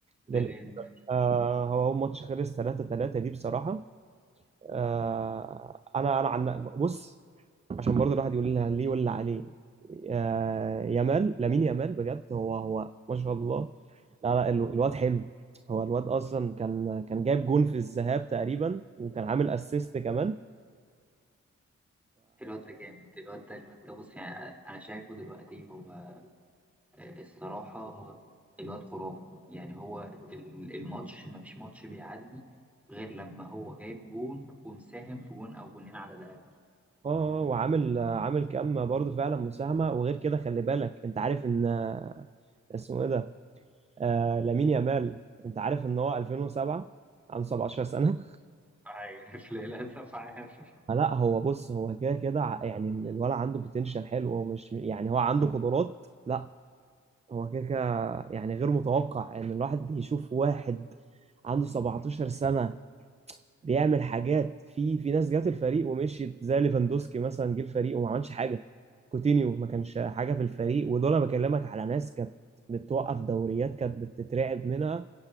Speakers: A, on the right; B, in the centre.
A: لل...
B: للإنتر
A: آه هو هو ماتش خلص 3 3 دي بصراحه آه انا انا عن بص عشان برضه الواحد يقول لها ليه ولا عليه آه يامال لامين يامال بجد هو هو ما شاء الله لا لا ال- الواد حلو هو الواد اصلا كان كان جايب جون في الذهاب تقريبا وكان عامل اسيست كمان
B: الواد ده جامد الواد ده الواد ده بص يعني انا شايفه دلوقتي هو آه، الصراحه الواد خرافه يعني هو ال- الماتش ما فيش ماتش بيعدي غير لما هو جايب جون ومساهم في جون او جونين على الاقل
A: اه آه، وعامل آه، عامل كام برضه فعلا مساهمه وغير كده خلي بالك انت عارف ان آه، اسمه ايه ده آه لامين يامال انت عارف ان هو 2007 عنده 17 سنه
B: عارف للأسف عارف
A: <laughs> فلا هو بص هو كده كده ع- يعني الولد عنده بوتنشال حلو هو مش يعني هو عنده قدرات لا هو كده كده يعني غير متوقع ان الواحد يشوف واحد عنده 17 سنه بيعمل حاجات في في ناس جات الفريق ومشيت زي ليفاندوسكي مثلا جه الفريق وما عملش حاجه كوتينيو ما كانش حاجه في الفريق ودول انا بكلمك على ناس كانت بتوقف دوريات كانت بتترعب منها